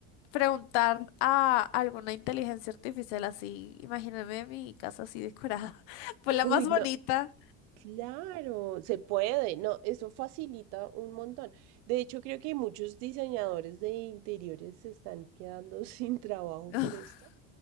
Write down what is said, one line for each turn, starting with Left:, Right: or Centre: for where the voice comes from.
Left: preguntar a alguna inteligencia artificial así. Imagíname mi casa así decorada, <laughs> pues
Right: <laughs>
Left: la
Right: Uy,
Left: más bonita.
Right: no. Claro, se puede, no, eso facilita un montón. De hecho, creo que muchos diseñadores de interiores se están quedando <laughs> sin trabajo
Left: <laughs>
Right: por esto.